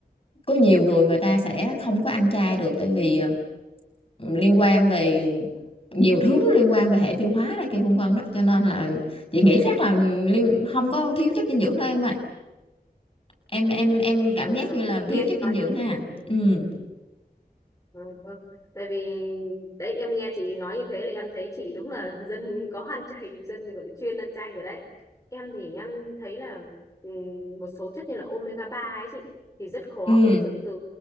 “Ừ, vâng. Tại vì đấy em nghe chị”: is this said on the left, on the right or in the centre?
Left